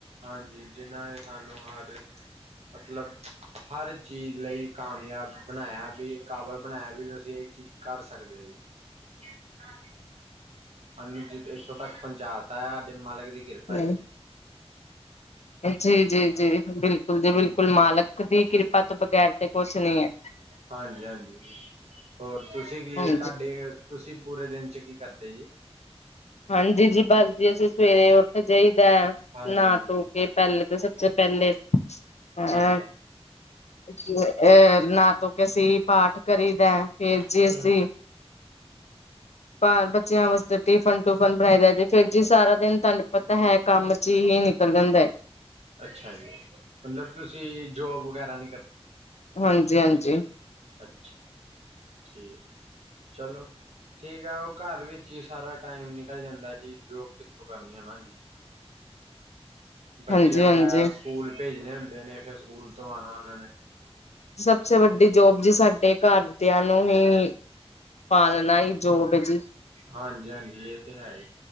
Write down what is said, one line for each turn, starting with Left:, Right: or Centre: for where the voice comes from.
Right: ਹਾਂਜੀ। ਜਿਨਾਂ ਨੇ ਸਾਨੂੰ ਹਰ ਮਤਲਬ ਹਰ ਚੀਜ਼ ਲਈ ਕਾਮਯਾਬ ਬਣਾਇਆ ਵੀ, ਕਾਬਲ ਬਣਾਇਆ ਵੀ ਤੁਸੀਂ ਇਹ ਚੀਜ਼ ਕਰ ਸਕਦੇ ਹੋ ਜੀ। <unintelligible> ਸਾਨੂੰ ਜੇ ਇੱਥੋਂ ਤੱਕ ਪਹੁੰਚਾਤਾ ਹੈ। ਸਾਡੇ ਮਾਲਕ ਦੀ ਕਿਰਪਾ
Left: ਨਹੀਂ
Right: ਹੈ ਜੀ।
Left: ਜੀ, ਜੀ, ਜੀ ਬਿਲਕੁਲ ਜੀ
Right: ਹਾਂ
Left: ਬਿਲਕੁਲ, ਮਾਲਕ ਦੀ ਕਿਰਪਾ ਤੋਂ ਬਗੈਰ ਤੇ ਕੁਛ ਨਹੀਂ ਹੈ
Right: ਹਾਂਜੀ-ਹਾਂਜੀ, ਹੋਰ ਤੁਸੀਂ ਕੀ
Left: ਹਾਂਜੀ
Right: ਤੁਹਾਡੇ ਤੁਸੀਂ ਪੂਰੇ ਦਿਨ 'ਚ ਕੀ ਕਰਦੇ ਜੇ?
Left: ਹਾਂਜੀ ਜੀ, ਬਸ ਜੀ ਅਸੀਂ ਸਵੇਰੇ ਉੱਠ ਜਾਈਦਾ।
Right: ਹਾਂਜੀ-ਹਾਂਜੀ,
Left: ਨਾ ਧੋਕੇ ਪਹਿਲੇ ਤਾਂ ਸਭ ਤੋਂ ਪਹਿਲੇ ਹਾਂ
Right: ਹਾਂਜੀ
Left: ਅਹ ਨਹਾ ਧੋਕੇ ਅਸੀਂ ਪਾਠ ਕਰੀ ਦਾ ਫੇਰ
Right: ਹਾਂਜੀ
Left: ਜੀ ਅਸੀਂ ਪਰ ਬੱਚਿਆਂ ਵਾਸਤੇ ਟਿਫਨ ਟੂਫਨ ਬਣਾਈ ਦਾ ਜੇ ਫਿਰ ਜੀ ਸਾਰਾ ਦਿਨ ਤਹਾਨੂੰ ਪਤਾ ਹੈ ਕੰਮ ਜੀ ਹੀ ਨਿਕਲ ਜਾਂਦਾ ਐ।
Right: ਅੱਛਾ ਜੀ, ਮਤਲਬ ਤੁਸੀ ਜੋਬ ਵਗੈਰਾ ਨੀ ਕਰਦੇ।
Left: ਹਾਂਜੀ-ਹਾਂਜੀ।
Right: ਅੱਛਾ, ਠੀਕ ਐ, ਚਲੋ ਠੀਕ ਆ, ਓ ਘਰ ਵੀ ਚ ਸਾਰਾ ਟਾਈਮ ਨਿਕਲ ਜਾਂਦਾਂ ਜੀ, ਜੋਬ ਕਿੱਥੋਂ ਕਰਨੀ ਆ ਨਾ ਜੀ। ਬੱਚੇ
Left: ਹਾਂਜੀ-ਹਾਂਜੀ,
Right: ਵਗੈਰਾ ਸਕੂਲ ਭੇਜਨੇ ਹੁੰਦੇ ਨੇ, ਫੇਰ ਸਕੂਲ ਤੋ ਆਨਾ ਓਨਾਂ ਨੇ।
Left: ਸਬਸੇ ਵੱਡੀ ਜੋਬ ਜੀ ਸਾਡੇ ਘਰ ਬੱਚੇਆ ਨੂੰ ਹੀ ਪਾਲਨਾ ਈ ਜੋਬ ਏ ਜੀ।
Right: ਹਾਂਜੀ, ਹਾਂਜੀ ਏ ਤੇ ਹੈਈ,